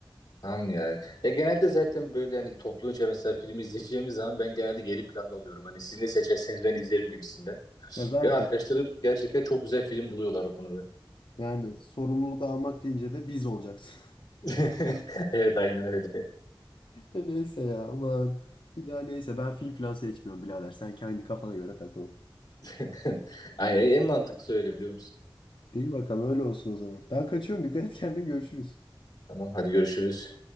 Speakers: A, on the left; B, on the left.
A: Tamam ya. Ya genelde zaten böyle hani topluca mesela film izleyeceğimiz zaman ben genelde geri planda oluyorum. Hani siz ne seçerseniz ben izlerim gibisinden.
B: Ya zaten
A: Ve arkadaşlarım gerçekten çok güzel film buluyorlar o konuda.
B: Yani sorumluluk almak deyince de biz olacaksın. <laughs>
A: <laughs> Evet aynen öyle.
B: E Neyse ya aman. Bir daha neyse ben film falan seçmiyorum birader. Sen kendi kafana göre takıl.
A: <laughs> Aynen en mantıklısı öyle biliyor musun?
B: İyi bakalım öyle olsun o zaman. Ben kaçıyorum. Dikkat et kendine görüşürüz.
A: Tamam hadi görüşürüz.